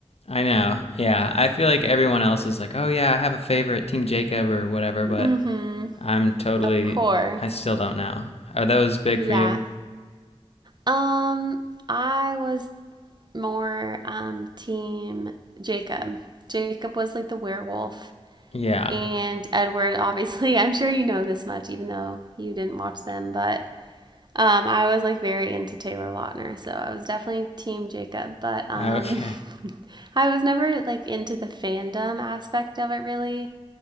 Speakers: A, on the left (about 65°); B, on the right (about 40°).
A: I know, yeah, I feel like everyone else is like, oh yeah, I have a favorite, Team Jacob or whatever, but
B: Mm-hmm.
A: I'm totally.
B: Of course.
A: I still don't know. Are those big
B: Yeah.
A: for you?
B: Um, I was more um team Jacob. Jacob was like the werewolf
A: Yeah.
B: and Edward <laughs> obviously, I'm sure you know this much even though you didn't watch them, but Um, I was like very into Taylor Lautner, so I was definitely Team Jacob, but um,
A: <laughs> okay.
B: <laughs> I was never like into the fandom aspect of it really.